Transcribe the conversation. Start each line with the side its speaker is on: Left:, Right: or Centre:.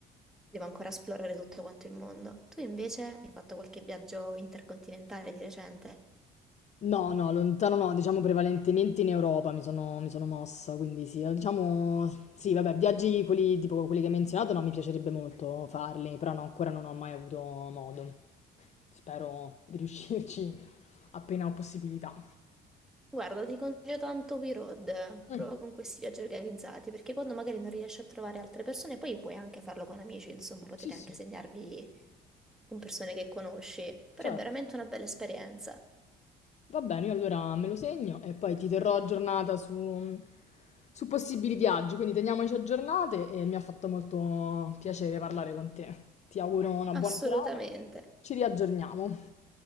Centre: devo ancora esplorare tutto quanto il mondo. Tu invece hai fatto qualche viaggio intercontinentale di recente?
Left: No, no, lontano no, diciamo prevalentemente in Europa mi sono, mi sono mossa, quindi sì, eh, diciamo, sì, vabbè, viaggi quelli, tipo quelli che hai menzionato, no, mi piacerebbe molto farli, però no, ancora non ho mai avuto modo. Spero di riuscirci <laughs> appena ho possibilità.
Centre: Guarda, ti consiglio tanto WeRoad,
Left: Mm,
Centre: prova con questi viaggi organizzati, perché quando magari non riesci a trovare altre persone, poi puoi anche farlo con amici, insomma, potete
Left: sì, sì,
Centre: anche segnarvi con persone che conosci, però
Left: certo.
Centre: è veramente una bella esperienza.
Left: Va bene, io allora me lo segno e poi ti terrò aggiornata su, su possibili viaggi, quindi teniamoci aggiornate e mi ha fatto molto piacere parlare con te. Ti auguro una buona
Centre: Assolutamente,
Left: serata, ci riaggiorniamo.